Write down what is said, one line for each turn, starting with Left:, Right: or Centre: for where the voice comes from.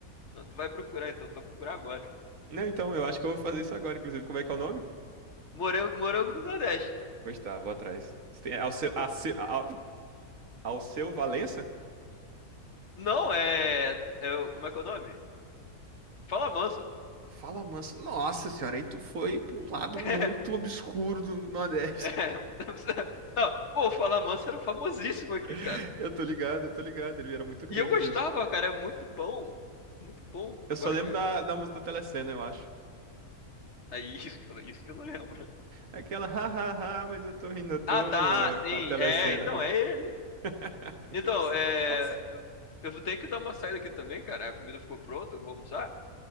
Left: Não, tu vai procurar então, tu vai procurar agora.
Right: Não, então, eu acho que eu vou fazer isso agora, inclusive. Como é que é o nome?
Left: Morango, morango do Nordeste.
Right: Pois tá, vou atrás. Você tem- é, Alce- Ace-
Left: <laughs>
Right: Al- Ao seu Valença?
Left: Não é, é o- Como é que é o nome? Fala Manso.
Right: Fala mansa. Nossa senhora, aí tu foi pra um lado
Left: <laughs>
Right: muito obscuro do Nordeste.
Left: É, não, precisa- não, pô, o Fala Manso era famosíssimo aqui, cara.
Right: <laughs> Eu tô ligado, eu tô ligado. Ele era muito grande
Left: E eu gostava,
Right: mesmo.
Left: cara. É muito bom. Muito bom.
Right: Eu
Left: Agora
Right: só lembro
Left: que.
Right: da, da música da Telecena, eu acho.
Left: É isso que eu, isso que eu não lembro.
Right: Aquela, hahaha, mas eu tô rindo à toa
Left: Ah, tá, sim.
Right: com a Telecena.
Left: É, então é
Right: <laughs>
Left: ele. Então,
Right: Que abs-
Left: é.
Right: Nossa.
Left: Eu vou ter que dar uma saída aqui também, cara. A comida ficou pronta, eu vou almoçar.